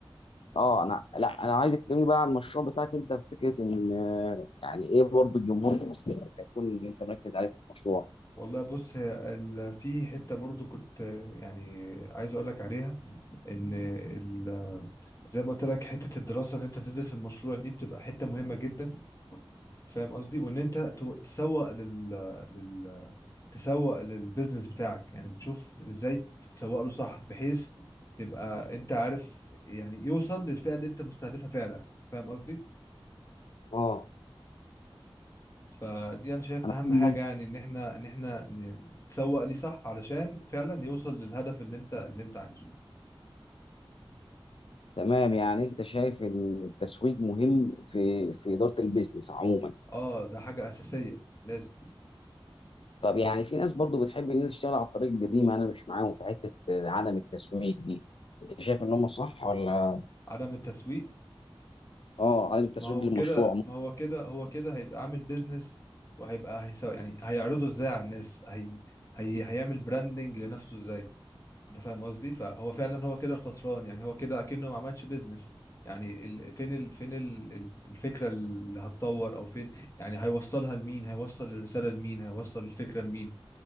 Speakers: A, on the left; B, on the left.
A: اه انا لا انا عايزك تكلمني بقى عن المشروع بتاعك انت في فكره ان آه، يعني ايه برضو الجمهور في مصر اللي هيكون انت مركز عليه في المشروع
B: والله بص هي ال... في حته برضه كنت آه، يعني عايز اقول لك عليها ان ال... زي ما قلت لك حته الدراسه ان انت تدرس المشروع دي بتبقى حته مهمه جدا فاهم قصدي وان انت تو- تسوق لل... لل... تسوق للبيزنس بتاعك يعني تشوف ازاي تسوق له صح بحيث تبقى انت عارف يعني يوصل للفئه اللي انت مستهدفها فعلا فاهم قصدي
A: اه
B: فدي انا شايف اهم
A: مم.
B: حاجه يعني ان احنا ان احنا ن- تسوق ليه صح علشان فعلا يوصل للهدف اللي انت اللي انت عايزه
A: تمام يعني انت شايف ان التسويق مهم في في اداره البيزنس عموما
B: اه ده حاجه اساسيه لازم
A: طب يعني في ناس برضو بتحب ان هي تشتغل على الطريق القديم انا مش معاهم في حته آه، عدم التسويق دي انت شايف ان هم صح ولا
B: عدم التسويق
A: اه عدم التسويق
B: ما هو
A: للمشروع
B: كده ما هو كده هو كده هيبقى عامل بيزنس وهيبقى هيسو يعني هيعرضه ازاي على الناس هي هي هيعمل براندنج لنفسه ازاي انت فاهم قصدي فهو فعلا هو كده الخسران يعني هو كده اكنه ما عملش بيزنس يعني ال... فين ال... فين ال... ال- الفكرة اللي هتطور او فين يعني هيوصلها لمين هيوصل الرسالة لمين هيوصل الفكرة لمين